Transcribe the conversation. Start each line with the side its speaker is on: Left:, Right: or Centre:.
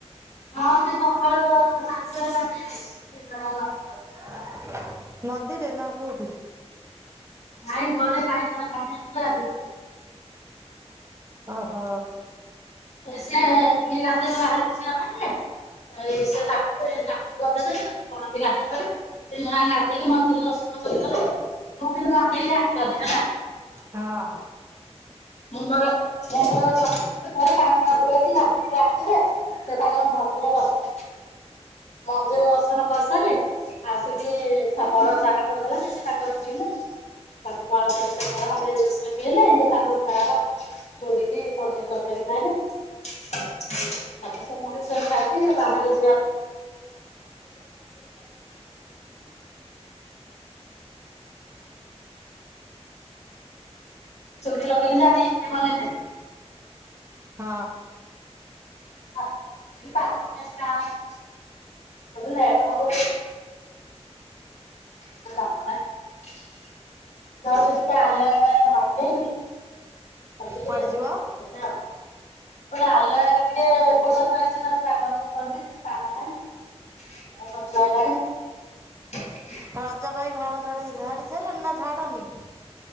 Left: ହଁ ସେ ସକାଳୁ ସାତଟାରୁ ଗାଧେଇକି ଆଇଚି <unintelligible>
Right: <unintelligible> ନଦୀରେ ନା କୋଉଠି?
Left: ଭାଇ ଘରେ ନାଇ <unintelligible>
Right: ଓହୋ।
Left: ସେ ଏ ଗାଧେଇଲେ ବାହ କିଛି ଜଥିଲେ ସେ ତାକୁ ତାକୁ ବି ଗଧେଇ ଦେଲେ ତା କଣ ବି ଗାଧେଇ କଲେ ସେ ଗାଧେଇକି ମନ୍ଦିର ଦର୍ଶନ କରିଗଲେ ମୋ କିନ୍ତୁ ଗାଧେଇକି କଲେ ହେଲା।
Right: ହଁ।
Left: ମୁଁ ମୋର ରେ ପାଣି ମା ବୁଳେଇକି ରାଧ ଆସିଲେ ସେ ତାଙ୍କର ମନ୍ଦିର ଦର୍ଶନ ମନ୍ଦିର ଦର୍ଶନ କରିସାରି ଆସିକି ବଡ ଚାହା କରିଦେଲେ ସେ ସେ ତାଙ୍କର ପିଇଲେ ତାକୁ ବ ହେଇ ପିଇଲେ ଇଏ ତାଙ୍କର ବା ପରିକି କନେଇ ତରକାରୀ ଖାଏନା। ତାପରେ ସେ ମୁଡି ସେଉ ଖାଇକି <unintelligible> ଯିବା ପାଇଁ <unintelligible> ଥିଲା ବୋଲି ଜାଣେ କି <unintelligible>
Right: ହଁ।
Left: <unintelligible> <unintelligible> <unintelligible> <unintelligible> <unintelligible>
Right: କୁଆଡେ ଯିବ?
Left: ହେଟା <unintelligible>
Right: ରଜ ପାଇଁ ଘର ଝଡି ଝାଡି ସାରିଲଣି ନା ଝାଡନି